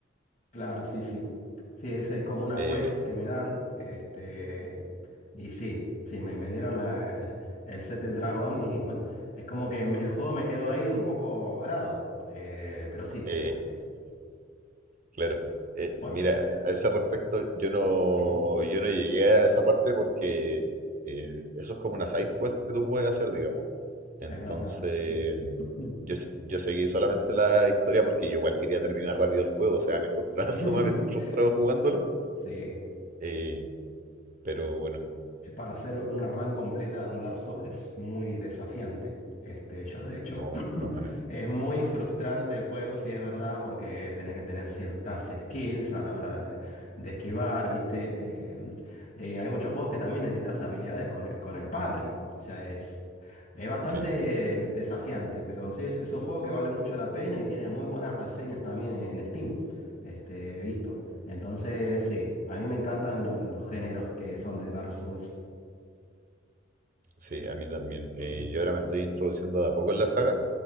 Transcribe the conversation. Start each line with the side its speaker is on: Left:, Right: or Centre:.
Left: Claro, sí, sí. Sí, esa es como una
Right: Eh,
Left: quest que me dan. Este, y sí, sí, me, me dieron la- el, el set del dragón y bueno, es como que me- el juego me quedó ahí un poco varado. Eh, pero sí,
Right: eh,
Left: eh,
Right: Claro. Eh,
Left: bueno,
Right: mira, a ese respecto, yo no,
Left: <clears throat>
Right: yo no llegué a esa parte porque eh, eso es como una side quest que tú puedes hacer, digamos. Entonces,
Left: es verdad, sí. <clears throat>
Right: yo, se- yo seguí solamente la historia porque yo igual quería terminar rápido el juego, o sea, me encontraba
Left: <laughs>
Right: <laughs> sumamente frustrado jugándolo.
Left: Sí.
Right: Eh, pero bueno,
Left: Es para hacer una run completa de un Dark Souls muy desafiante. Este, yo de hecho,
Right: no,
Left: <clears throat>
Right: de todas maneras.
Left: es muy frustrante el juego, si es verdad, porque tenés que tener ciertas skills a la hora de, de esquivar, ¿viste? Eh, eh, hay muchos juegos que también necesitas habilidades con el, con el parry. O sea, es, es bastante
Right: Sí,
Left: desafiante, pero sí, es, es un juego que vale mucho la pena y tiene muy buenas reseñas también en Steam. Este, he visto. Entonces, sí, a mí me encantan lo- los géneros que son de Dark Souls.
Right: sí, a mí también. Eh,
Left: Mm,
Right: yo ahora me estoy introduciendo de a poco en la saga,